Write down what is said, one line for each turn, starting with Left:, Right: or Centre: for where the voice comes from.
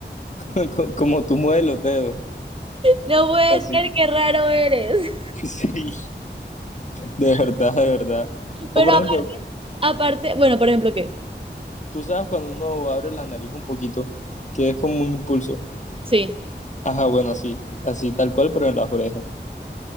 Left: <laughs> co- como tú mueves los dedos,
Right: No puede
Left: así.
Right: ser,
Left: <laughs>
Right: qué raro eres.
Left: Sí, de verdad, de verdad. O
Right: Pero
Left: por
Right: aparte,
Left: ejemplo,
Right: aparte, bueno, por ejemplo, ¿qué?
Left: tú sabes cuando uno abre la nariz un poquito, que es como un impulso.
Right: Sí,
Left: Ajá, bueno, así, así tal cual, pero en las orejas.